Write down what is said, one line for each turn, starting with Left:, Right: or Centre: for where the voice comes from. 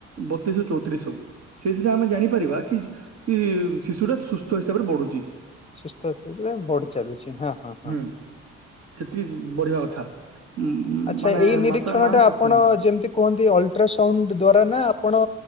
Right: ବତିଶ୍ ରୁ ଚଉତିରିଶ୍ ହବ ସେଇଥିରୁ ଯଦି ଆମେ ଜାଣିପାରିବା କି ଉଁ ଶିଶୁ ଟା ସୁସ୍ଥ ହିସାବରେ ବଢୁଚି।
Left: ସୁସ୍ଥ ପିଲା ବଢି ଚାଲିଚି ହଁ। ହଁ ହଁ।
Right: ହୁଁ ସେତିକି ବଢିବା କଥା। ଉଁ
Left: ଆଚ୍ଛା
Right: ମାନେ
Left: ଏଇ ନିରୀକ୍ଷଣ
Right: ମାତା ମାଆଙ୍କ
Left: ଟା ଆପଣ
Right: ହୁଁ
Left: ଯେମିତି କୁହନ୍ତି ଅଲଟ୍ରାସାଉଣ୍ଡ୍ ଦ୍ଵାରା ନା ଆପଣ